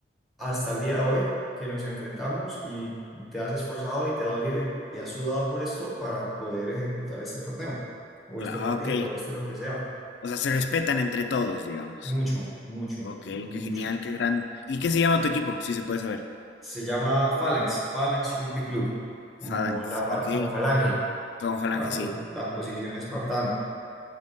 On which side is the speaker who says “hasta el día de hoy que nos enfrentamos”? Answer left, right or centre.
Centre